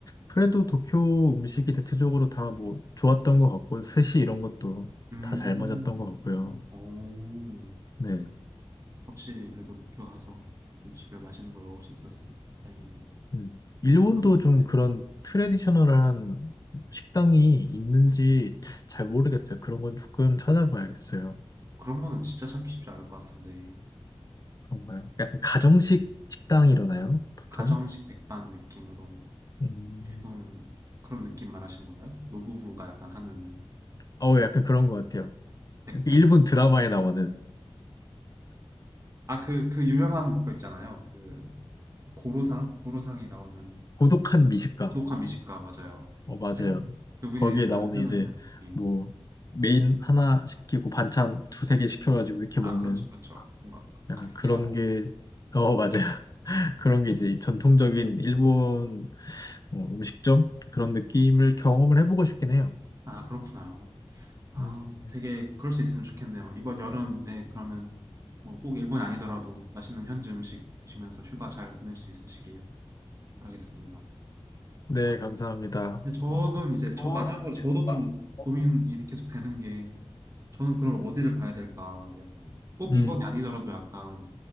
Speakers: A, on the left (about 40°); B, on the right (about 35°).
A: 그래도 도쿄 음식이 대체적으로 다 뭐 좋았던 것 같고, 스시 이런 것도
B: 음,
A: 다 잘 맞았던 것 같고요.
B: 오,
A: 네.
B: 확실히 그래도 도쿄 가서 음식을 맛있는 걸 먹을 수 있어서 다행이네요.
A: 음. 일본도
B: 어,
A: 좀
B: 네,
A: 그런 트레디셔널한 식당이 있는지
B: 네네.
A: 잘 모르겠어요.
B: 음.
A: 그런 건 조금 찾아봐야겠어요.
B: 그런 거는 진짜 찾기 쉽지 않을 것 같은데
A: 그런가요? 약간 가정식 식당이라나요?
B: 아,
A: 보통?
B: 가정식 백반 느낌으로
A: 음,
B: 일본 그런 느낌 말하시는 건가요? 노부부가 약간 하는
A: 어, 약간 그런 것 같아요.
B: 백 약간
A: 일본 드라마에 나오는
B: 그아그그 유명한 거 있잖아요 그 고로상 고로상이 나오는
A: 고독한 미식가.
B: 고독한 미식가 맞아요
A: 어, 맞아요.
B: <laughs> 그분이
A: 거기에
B: 약간
A: 나오는
B: 찾아다니는
A: 이제
B: 느낌
A: 뭐 메인 하나 시키고 반찬 두세 개 시켜가지고 이렇게
B: 아
A: 먹는
B: 그렇죠 그렇죠 뭔가
A: 약간
B: 그렇게
A: 그런
B: 하고
A: 게, 어, 맞아요. <laughs> 그런 게 이제 전통적인 일본 어, 음식점? 그런 느낌을 경험을 해보고 싶긴 해요.
B: 아 그렇구나 아,
A: 음, 네,
B: 되게 그럴 수 있으면 좋겠네요. 이번 여름에 그러면 뭐 꼭 일본이 아니더라도 맛있는 현지 음식 드시면서 휴가 잘 보낼 수 있으시길 바라겠습니다.
A: 네,
B: 아,
A: 감사합니다.
B: 근데 저는 이제
A: 저는
B: 저 마지막으로
A: 이제
B: 저도
A: 좀 맞아.
B: 좀
A: 어,
B: 고민이 계속 되는 게 저는 그럼 어디를 가야 될까? 약간 꼭
A: 음,
B: 이번이 아니더라도 약간